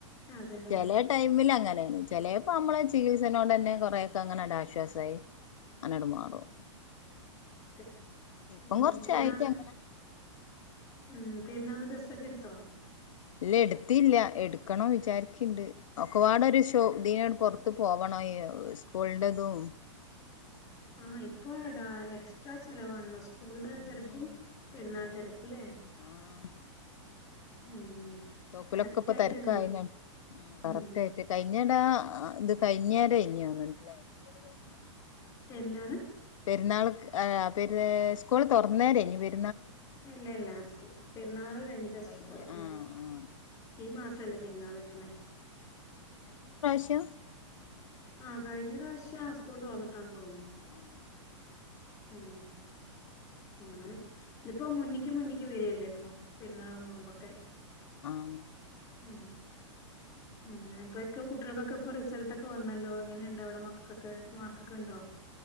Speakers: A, on the left (about 20°); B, on the left (about 80°).
A: അതെ അതെ
B: ചെല ടൈമിൽ അങ്ങനെയാണ് ചെലേപ്പൊ നമ്മളെ ചികിത്സനോട് തന്നെ കൊറെയൊക്കെ അങ്ങനണ്ട് ആശ്വാസായി അങ്ങനണ്ട് മാറും
A: അതെ
B: ഇപ്പം
A: ഉം
B: കൊറച്ചായിട്ട്
A: പെരുന്നാളിന്
B: അങ്ങനെ
A: ഉം പെരുന്നാളിന് ഡ്രസ്സൊക്കെ എടുത്തോ
B: ഇല്ല എടുത്തില്ല എടുക്കണം വിചാരിക്കണ്ട് ഒക്കെപാടെ ഒരു ശോ ഇതിനങ്ങട്ട് പുറത്ത് പോവണം സ്കൂളിന്റെ ഇതും
A: ആ ഇപ്പോഴാടാ എക്സ്ട്രാ ചെലവാണല്ലോ സ്കൂളിന്റെ
B: ഉം
A: തിരക്കും പെരുന്നാൾ
B: ഉം
A: തിരക്കും അല്ലേ
B: ആഹ്
A: ഉം ഉം
B: ഷോപ്പിലൊക്കെ
A: കറക്റ്റ്
B: ഇപ്പ
A: ആയിട്ട്
B: തിരക്കായിന്
A: അങ്ങനെ ഉം
B: കറക്റ്റായിട്ട്
A: ഉം
B: കഴിഞ്ഞെടെ ആ ഇത് <unintelligible> സ്കൂള് തൊറന്ന്‌
A: എന്താണ്
B: പെരുന്നാൾ ആ പെരു സ്കൂൾ തുറന്ന <unintelligible>
A: ഇല്ല ഇല്ല സ്കൂ പെരുന്നാള് കഴിഞ്ഞിട്ടാ സ്കൂള്
B: കഴിഞ്ഞ
A: തുറക്കുന്നെ
B: ആഹ് ആഹ്
A: ഈ മാ <unintelligible> പെരുന്നാള് വരുന്നേ
B: ശ്യം
A: ആ കഴിഞ്ഞ പ്രാവശ്യം സ്കൂൾ തൊറന്നിട്ടാണെന്ന് തോന്നുന്നു
B: ആഹ്
A: ഉം ഉം ഇതിപ്പോ മുന്നക്ക് മുന്നേക്ക് വരികല്ലേ ഇപ്പൊ പെരുന്നാളും നോമ്പൊക്കെ
B: ഉം
A: ഉ ആങ്ങനെ ഇപ്പൊക്കെ കുട്ടികൾകൊക്കെ ഇപ്പ റിസൾട്ട വന്നല്ലോ എങ്ങനെയുണ്ട് അവിടെ മക്കൾക്കൊക്കെ മാർക്കൊക്കെ ഉണ്ടോ